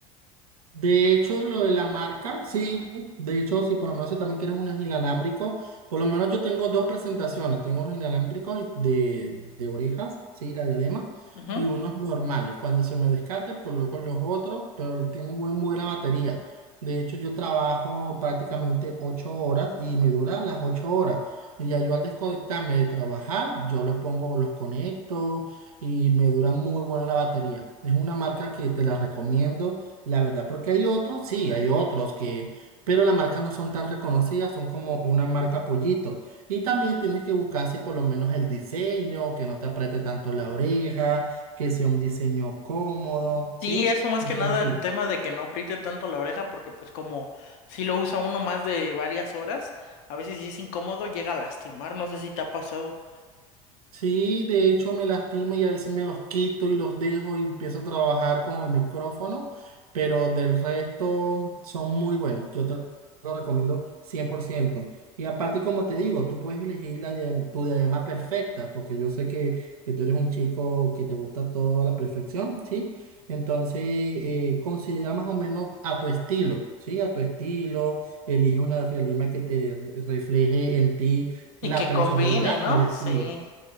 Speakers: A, on the right; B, on the left.
A: De hecho, lo de la marca, sí, de hecho, sí, por lo menos si también quieres unos inalámbricos, por lo menos yo tengo dos presentaciones, tengo unos inalámbricos de, de orejas, sí, la diadema,
B: Ujú.
A: y unos normales. Cuando se me descarga, coloco los otros, pero tiene buen, buena batería. De hecho, yo trabajo prácticamente ocho horas y me dura las ocho horas. Y ya yo al desconectarme de trabajar, yo los pongo, los conecto y me dura muy buena la batería. Es una marca que te la recomiendo la verdad, porque hay otros, sí, hay otros que, pero las marcas no son tan reconocidas, son como una marca pollito. Y también tienes que buscar si por lo menos el diseño, que no te apriete tanto la oreja, que sea un diseño cómodo, ¿sí?
B: Sí, eso más
A: Entonces,
B: que nada
A: sí.
B: el tema de que no apriete tanto la oreja porque pues como si lo usa uno más de varias horas, a veces si es incómodo llega a lastimar, no sé si te ha pasado.
A: Sí, de hecho me lastima y a veces me los quito y los dejo y empiezo a trabajar con el micrófono, pero del resto son muy buenos. Yo te lo recomiendo 100%. Y aparte, como te digo, tú puedes elegir la diadem- tu diadema perfecta, porque yo sé que, que tú eres un chico que te gusta toda la perfección, ¿sí? Entonces, eh, considera más o menos a tu estilo, ¿sí? A tu estilo, elige una diadema que te refleje en ti
B: Y
A: la
B: que
A: personalidad
B: combine, ¿no?
A: y el estilo.
B: Sí.